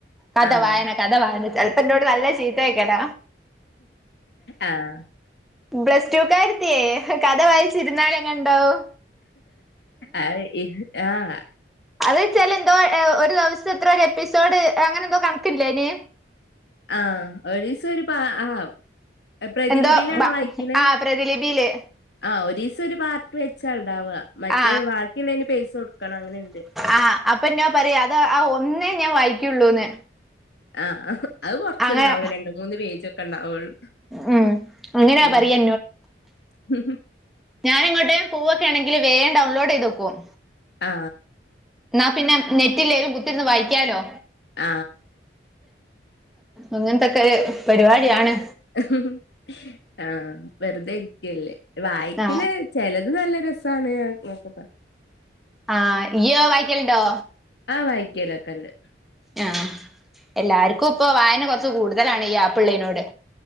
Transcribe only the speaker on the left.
ആഹ്
ആഹ്
അഹ് ഇഹ് ആഹ്.
ആ ഒരീസം ഒരു പ ആ. എ പ്രതിലിപിലാണോ
വായിക്ക്ണ്
ആ ഒരീസം ഒരു പാർട്ട് വെച്ചാ ഇണ്ടാവ, മറ്റേ
ബാക്കിള്ളേന് പേയ്സ കൊട്ക്കണം അങ്ങനെണ്ട്.
ആഹ ആഹ്. അഹ് കൊർച്ചേണ്ടാവുള്ളു
രണ്ട് മൂന്ന് പേജ് ഒക്കെ ണ്ടാവുള്ളു.
ഉം.
ഹും ഹും.
ആ
ആ
ഹ്ഹ് ആ വെർതെ ഇരിക്കല്ലേ വായിക്ക്ണേ
ചെലത് നല്ല രസാണ് അത് നോക്ക്ട്ടോ.
ആ വായ്ക്കലൊക്കെണ്ട്.